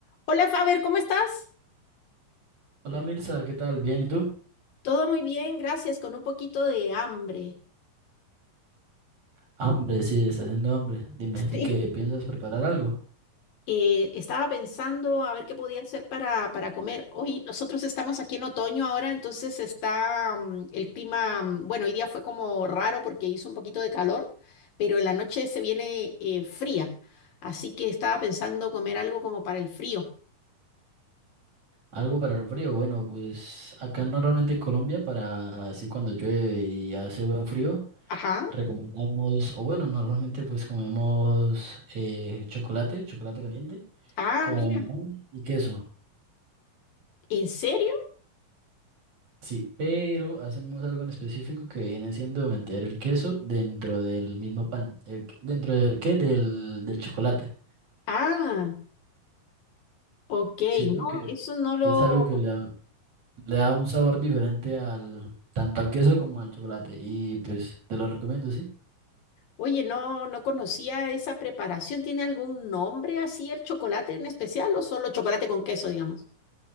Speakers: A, on the left (about 75°); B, on the right (about 55°).
A: Hola Faber, ¿cómo estás?
B: Hola Mirza, ¿qué tal? ¿Bien y tú?
A: Todo muy bien, gracias, con un poquito de hambre.
B: Hambre, sí, está haciendo hambre. Dime,
A: Sí.
B: ¿y qué piensas preparar algo?
A: Eh, estaba pensando a ver qué podía hacer para, para comer. Hoy nosotros estamos aquí en otoño ahora, entonces está mm, el clima, mm, bueno, hoy día fue como raro porque hizo un poquito de calor, pero en la noche se viene eh, fría, así que estaba pensando comer algo como para el frío.
B: ¿Algo para el frío? Bueno, pues acá normalmente en Colombia, para así cuando llueve y hace buen frío,
A: Ajá.
B: recomendamos, o bueno, normalmente pues comemos eh, chocolate, chocolate caliente,
A: Ah,
B: con
A: mira,
B: pan y queso.
A: ¿en serio?
B: Sí, pero hacemos algo en específico que viene siendo meter el queso dentro del mismo pan. El, ¿Dentro del qué? Del, del chocolate.
A: Ah, ok,
B: Siento
A: no,
B: que
A: eso no lo,
B: es algo que le, Le da un sabor diferente al tanto al queso como al chocolate. Y pues te lo recomiendo, ¿sí?
A: Oye, no, no conocía esa preparación. ¿Tiene algún nombre así el chocolate en especial o solo chocolate con queso, digamos?